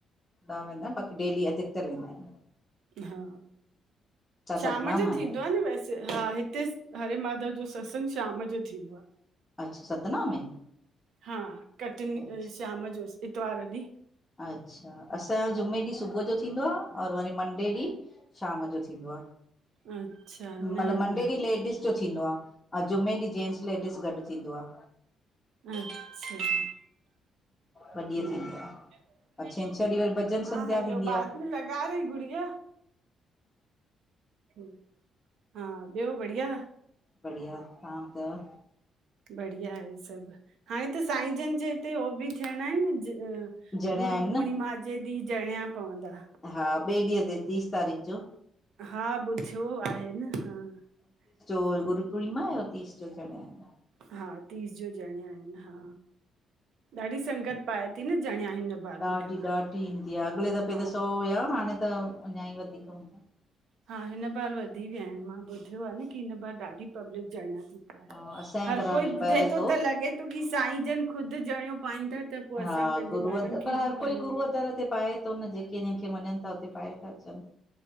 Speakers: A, on the left; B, on the right.
A: ॾा वेंदम बाक़ी डेली अधिकतर वेंदा हिनि
B: हा,
A: तव्हां
B: शाम
A: सतना
B: जो
A: मां
B: थींदो
A: आहियो
B: आ न वैसे हा हिते, हरे माधव जो सत्संग शाम जो थींदो आ।
A: अच्छा सतना में
B: हा, कटनी
A: अच्छा
B: ऐ शाम जो इतवार ॾींहु
A: अच्छा, असांजो जुमे ॾींहु सुबहु जो थींदो आ और वरी मंडे ॾींहु, शाम जो थींदो आ
B: अच्छा न
A: मतिलबु मंडे
B: न
A: ॾींहु लेडीस जो थींदो आ, अ जुमे ॾींहु जेनट्स लेडीस गॾु थींदो आ।
B: नि सिन् हुं,
A: ॿ ॾींहं थींदो आ ऐं
B: हलो,
A: छंछरु ॾींहुं वरी भॼन
B: हा
A: संध्या
B: हलो
A: थींदी
B: बाद
A: आ
B: में लग प्यारी गुड़िया ह्, हा ॿियो बढ़िया
A: बढ़िया तां ॿुधायो।
B: बढ़िया हे सभु हाणे त साईं जन जे हिते, ओ बि थियणा हिनि ज
A: जणिया
B: गुरू
A: आहिनि
B: पूर्णिमा
A: न
B: जे ॾींहु ॼणिया पांईदा।
A: हा ॿे ॾींहु ते तीस तारीख़ जो
B: हा ॿुधियो आहे न हा
A: गुरु
B: हा
A: पूर्णिमा अ तीस जा ॼणिया आहिनि।
B: हा, तीस जो ॼणिया आहिनि, हा ॾाढी संगत पाए थी, न ॼणिया हिन बार
A: ॾाढी
B: ॿुधियो आहे
A: ॾाढी ईंदी आ, अॻिले दफ़े
B: हा
A: त सौ हुआ, हाणे त अञा ई वधीक हूंदा।
B: हा हिनि बारि वधी विया आहिनि मां ॿु धियो आ, न कि हिन बारि ॾाढी पब्लिक ॼणिया ती पाए,
A: हा असांजे
B: हर
A: घरां
B: कोई
A: बि पए
B: ॿुधे तो
A: थो
B: त लॻे तो की साईं जन ख़ुदि ॼणियो पाईदा त पोइ
A: हा
B: असां पंहिंजे
A: गुरुअ
B: ॿारनि खे
A: पर, हर
B: बि पायूं
A: कोई गुरूअ दर ते पाए तो न जेके जंहिंखे मञनि था, उते पाए था अचनि